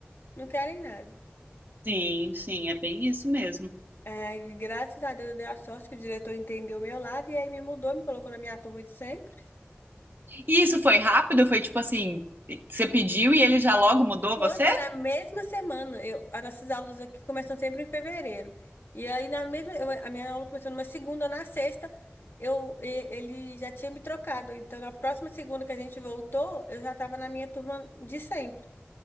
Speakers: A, on the left (about 60°); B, on the right (about 50°).
A: não querem nada.
B: Sim, sim, é bem isso mesmo.
A: É, graças a Deus eu dei a sorte que o diretor entendeu o meu lado e aí me mudou, me colocou na minha turma de sempre.
B: E isso foi rápido? Foi tipo assim, você pediu e ele já logo mudou
A: Foi,
B: você?
A: foi na mesma semana. Eu, as nossas aulas aqui começam sempre em fevereiro. E aí na mesma, eu- a minha aula começou numa segunda, na sexta, eu, e- ele já tinha me trocado. Então na próxima segunda que a gente voltou, eu já estava na minha turma de sempre.